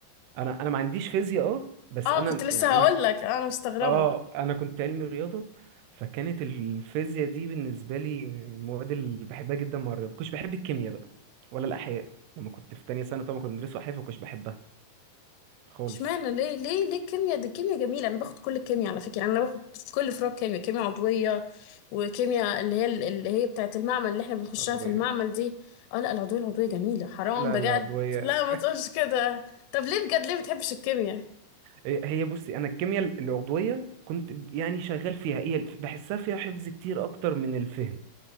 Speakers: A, on the right; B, on the left.
A: انا انا ما عنديش فيزياء اه بس
B: آه
A: انا
B: كنت لسه
A: يعني انا
B: هقول لك أنا مستغربة
A: اه انا كنت علمي رياضه فكانت الفيزياء دي بالنسبه لي من المواد اللي بحبها جدا مع الرياضه كنتش بحب الكيمياء بقى ولا الاحياء لما كنت في تانية سنه طبعا كنا بندرس احياء فكنتش بحبها خالص
B: اشمعنى ليه ليه ليه الكيمياء دي الكيمياء جميله انا باخد كل الكيمياء على فكره انا باخد في كل فروع كيمياء كيمياء عضويه وكيمياء اللي هي اللي هي بتاعه المعمل اللي احنا بنخشها
A: عضويه
B: في المعمل دي اه لا العضويه العضويه جميله حرام
A: لا
B: بجد
A: لا عضويه
B: لا ما تقولش كده طب ليه بجد ليه بتحبش الكيمياء
A: هي هي بصي انا الكيمياء العضويه كنت ب- يعني شغال فيها هي الف- بحسها فيها حفظ كتير اكتر من الفهم